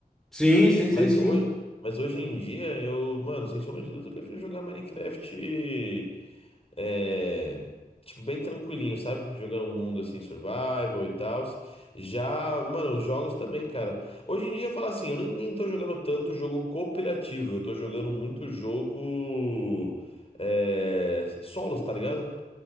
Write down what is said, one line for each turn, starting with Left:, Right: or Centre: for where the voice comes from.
Centre: Sim, sim,
Left: Mas
Centre: sei sim.
Left: hoje, mas hoje em dia, eu, mano, sem sombra de dúvida, eu prefiro jogar Minecraft. É, tipo, bem tranquilinho, sabe? Jogando um mundo assim, survival e tal. Já, mano, os jogos também, cara. Hoje em dia, eu falo assim, eu nem, nem tô jogando tanto jogo cooperativo. Eu tô jogando muito jogo. É, solos, tá ligado?